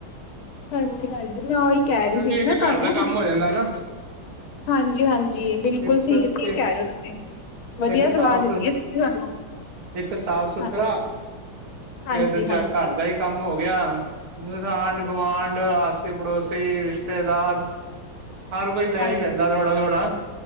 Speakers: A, on the left (about 75°); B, on the right (about 85°).
A: ਹਾਂਜੀ ਹਾਂਜੀ ਮੈਂ ਉਹੀ ਕਹਿ
B: ਕਿਉਂਕਿ
A: ਰਹੀ ਸੀਗੀ
B: ਇੱਕ
A: ਨਾ ਤੁਹਾਨੂੰ।
B: ਘਰ ਦਾ ਕੰਮ ਹੋ ਜਾਂਦਾ ਨਾ
A: ਹਾਂਜੀ ਹਾਂਜੀ ਬਿਲਕੁਲ
B: ਇੱਕ
A: ਠੀਕ ਕਹਿ
B: ਇੱਕ
A: ਰਹੇ ਹੋ ਤੁਸੀਂ। ਵਧੀਆ
B: ਇੱਕ
A: ਸਲਾਹ
B: ਸਾਫ਼
A: ਦਿੱਤੀ
B: ਸੁਥ
A: ਹੈ ਤੁਸੀਂ ਸਾਨੂੰ।
B: ਇੱਕ ਸਾਫ -ਸੁਥਰਾ
A: ਹਾਂਜੀ, ਹਾਂਜੀ-ਹਾਂਜੀ,
B: ਤੇ ਦੂਜਾ ਘਰ ਦਾ ਹੀ ਕੰਮ ਹੋ ਗਿਆ। ਆਂਢ-ਗੁਵਾਂਢ, ਆਸੀ-ਪੜੋਸੀ, ਰਿਸ਼ਤੇਦਾਰ ਹਰ ਕੋਈ ਲੈ
A: ਹਾਂਜੀ
B: ਹੀ ਲੈਂਦਾ ਥੋੜਾ-ਥੋੜਾ